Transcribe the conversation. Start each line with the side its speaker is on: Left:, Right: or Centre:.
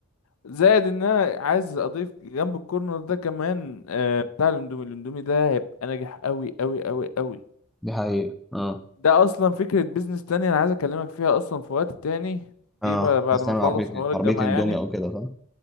Left: زائد ان انا عايز اضيف جنب الكورنر ده كمان آه، بتاع الاندومي الاندومي ده هيبقى ناجح قوي قوي قوي قوي
Centre: دي حقيقة اه
Left: ده اصلا فكرة بيزنس تانية انا عايز اكلمك فيها اصلا في وقت تاني
Centre: اه
Left: دي بقى بعد
Centre: هستعمل
Left: ما اخلص
Centre: عربية
Left: حوار
Centre: عربية
Left: الجامعة
Centre: اندومي
Left: يعني
Centre: او كده صح؟